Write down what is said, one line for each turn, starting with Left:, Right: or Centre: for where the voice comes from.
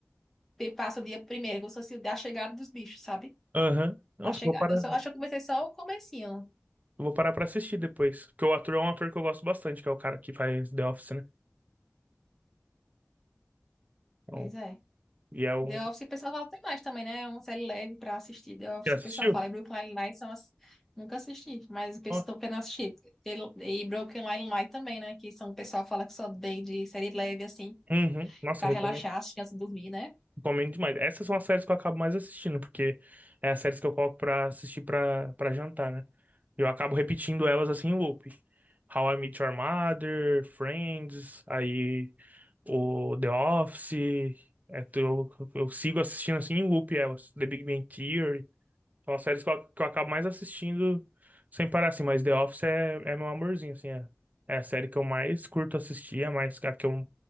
Centre: que passa o dia primeiro, como se fosse o dia- a chegada dos bichos, sabe?
Right: Aham. Nossa,
Centre: A chegada.
Right: eu vou parar,
Centre: Eu só
Right: eu
Centre: acho que eu comecei só o comecinho.
Right: vou parar pra assistir depois. Porque o ator é um ator que eu gosto bastante, que é o cara que faz The Office, né? Então,
Centre: Pois é.
Right: e é um.
Centre: The Office, o pessoal fala, tem mais também, né? É uma série leve pra assistir. The Office,
Right: Já assistiu?
Centre: o pessoal fala. E Brooklyn Nine-Nine são as... Nunca assisti, mas o pessoal
Right: Ó,
Centre: estão querendo assistir. Pelo- E Brooklyn Nine-Nine também, né? Que são, o pessoal fala que só bem de série leve, assim,
Right: Uhum. Nossa,
Centre: pra
Right: eu
Centre: relaxar,
Right: recomendo.
Centre: assistir antes de dormir, né?
Right: Recomendo demais. Essas são as séries que eu acabo mais assistindo, porque é as séries que eu coloco pra assistir pra, pra jantar, né? Eu acabo repetindo elas assim em loop. How I Met Your Mother, Friends, aí o The Office. É, tu- eu, eu sigo assistindo assim em loop elas. The Big Bang Theory. São as séries que eu, que eu acabo mais assistindo sem parar assim. Mas The Office é, é meu amorzinho, assim. É, é a série que eu mais curto assistir, é mais, a que eu